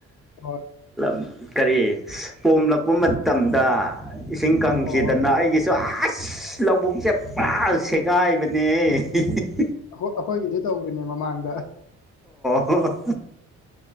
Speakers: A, on the left; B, in the centre.
A: ꯍꯣꯏ
B: <unintelligible> ꯀꯔꯤ ꯄꯣꯝꯂꯛꯄ ꯃꯇꯝꯗ ꯏꯁꯤꯡ ꯀꯪꯈꯤꯗꯅ
A: ꯍꯣꯏ
B: ꯑꯩꯒꯤꯁꯨ ꯑꯁ ꯂꯧꯕꯨꯛꯁꯦ ꯄꯨꯔꯥ ꯁꯦꯡ ꯒꯥꯏꯕꯅꯦꯍꯦ <unintelligible>
A: ꯑꯩꯈꯣꯏꯒꯤꯖꯨ ꯇꯧꯒꯤꯅꯦ ꯃꯃꯥꯡꯗ
B: <unintelligible>